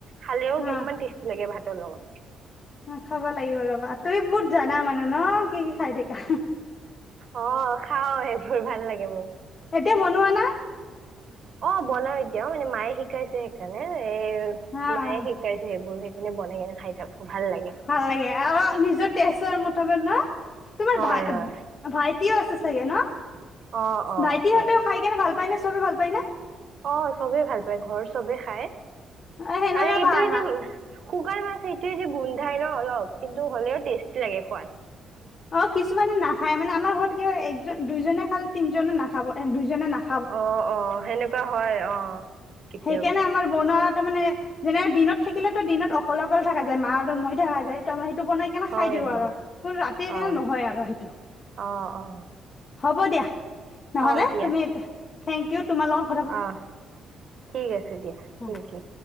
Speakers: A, on the right (about 60°); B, on the left (about 45°).
A: খালেও কিমান
B: অ
A: টেষ্টি লাগে ভাতৰ লগত
B: উম খাব লাগিব ৰবা তুমি বহুত জানা মানে ন কি কি খাই থাকা
A: অ খাও সেইবোৰ ভাল লাগে মো।
B: এতিয়া বনোৱা না?
A: অ বনাও এতিয়া মানে মায়ে শিকাইছে সেইকাৰণে এ
B: অ
A: মায়ে শিকাই সেইবোৰ সেইকানে বনাই কেনে খাই থাকো ভাল লাগে
B: ভাল লাগে আৰু নিজৰ তেজৰ মতামত ন তোমাৰ
A: হয়
B: ভাই
A: হয়।
B: ভাইটিও আছে চাগে ন,
A: অ অ
B: ভাইটি
A: হয়
B: হতেও খাই কিনে ভাল পায়নে চবে ভাল পায় নে?
A: অ চবেই ভাল পায় ঘৰ চবে খাই
B: অ সেনেকা
A: আৰু এইটোয়ে
B: ভাল
A: যে শুকান মাছ এইটোৱে যে গোন্ধাই ন অলপ কিন্তু হ'লেও টেষ্টি লাগে খোৱাত
B: অ কিছুমানে নাখায় মানে আমাৰ ঘৰত কি হয় একজন দুইজনে খালে তিনজনে নাখাব দুইজনে নাখ
A: অ অ সেনেকুৱা হয় অ কেতিয়াবা।
B: সেইকাৰণে আমাৰ বনোৱা তাৰমানে যেনে দিনত থাকিলেতো দিনত অকলে অকলে থকা যায় মা আৰু মই থাকা যায় ত মই সেইটো বনাই সেইকাৰণে
A: হয়
B: খাই দিওঁ
A: হয়
B: আৰু কিন্তু ৰাতিৰ
A: অ
B: কাৰণে নহয় আৰু সেইটো
A: অ অ
B: হ'ব দিয়া নহ'লে
A: অ দিয়া
B: তুমি এতিয়া থেংক ইউ তোমাল
A: অ ঠিক আছে দিয়া
B: অ
A: থেংক ইউ।